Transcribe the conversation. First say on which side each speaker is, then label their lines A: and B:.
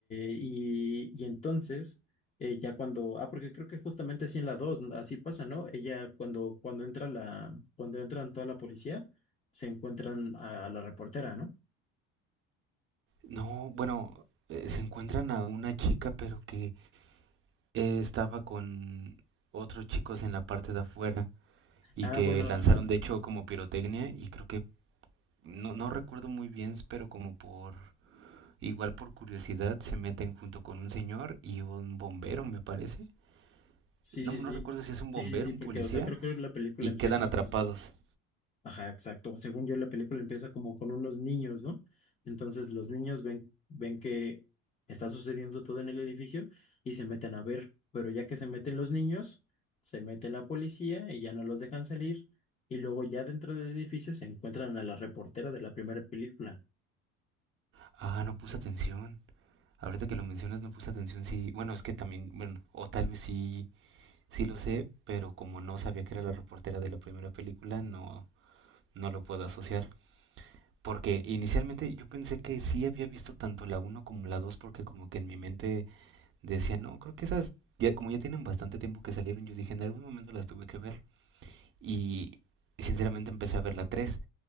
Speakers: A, on the left (about 20°); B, on the right (about 40°).
A: y, y entonces, eh, ya cuando, ah, porque creo que justamente así en la 2 así pasa, ¿no? Ella cuando, cuando entra la, cuando entran toda la policía, se encuentran a, la reportera, ¿no?
B: No, bueno, eh, se encuentran a una chica, pero que eh, estaba con otros chicos en la parte de afuera, y
A: Ah,
B: que
A: bueno,
B: lanzaron,
A: ajá.
B: de hecho, como pirotecnia, y creo que, no, no recuerdo muy bien, pero como por Igual por curiosidad se meten junto con un señor y un bombero, me parece.
A: Sí,
B: No,
A: sí,
B: no
A: sí.
B: recuerdo si es un
A: Sí,
B: bombero,
A: sí, sí,
B: un
A: porque,
B: policía,
A: o sea, creo que la película
B: y
A: empieza.
B: quedan atrapados.
A: Ajá, exacto. Según yo, la película empieza como con unos niños, ¿no? Entonces los niños ven, ven que está sucediendo todo en el edificio y se meten a ver. Pero ya que se meten los niños, se mete la policía y ya no los dejan salir. Y luego ya dentro del edificio se encuentran a la reportera de la primera película.
B: Ah, no puse atención. Ahorita que lo mencionas, no puse atención. Sí, bueno, es que también, bueno, o tal vez sí, sí lo sé, pero como no sabía que era la reportera de la primera película, no, no lo puedo asociar. Porque inicialmente yo pensé que sí había visto tanto la uno como la 2 porque como que en mi mente decía, no, creo que esas, ya, como ya tienen bastante tiempo que salieron, yo dije, en algún momento las tuve que ver. Y sinceramente empecé a ver la tres